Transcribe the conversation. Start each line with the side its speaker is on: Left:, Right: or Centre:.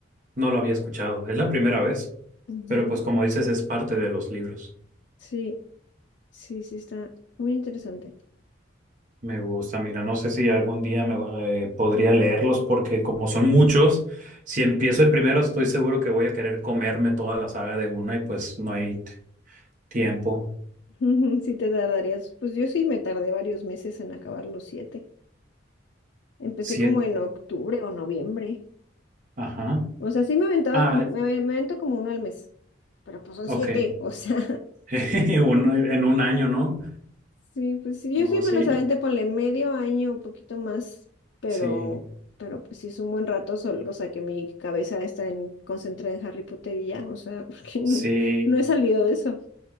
Right: no lo había escuchado. Es la primera vez,
Left: ujú.
Right: pero pues como dices es parte de los libros.
Left: Sí, sí, sí, está muy interesante.
Right: Me gusta, mira, no sé si algún día me eh, podría leerlos porque como son muchos, si empiezo el primero estoy seguro que voy a querer comerme toda la saga de una y pues no hay t- tiempo.
Left: <laughs> Sí, te tardarías. Pues yo sí me tardé varios meses en acabar los siete. Empecé
Right: Siete,
Left: como en octubre o noviembre.
Right: ajá.
Left: O sea, sí me aventaba
Right: Ah,
Left: como, me, me avento como uno al mes. Pero pues son
Right: ok.
Left: siete, <laughs> o sea.
Right: <laughs> Uno en un año, ¿no?
Left: Sí, pues sí, yo
Right: No,
Left: sí me
Right: sí,
Left: los aventé, ponle medio año, un poquito más, pero,
Right: sí,
Left: pero pues sí es un buen rato, sol- o sea que mi cabeza está en, concentrada en Harry Potter y ya, o sea, <laughs> porque no,
Right: sí.
Left: no he salido de eso.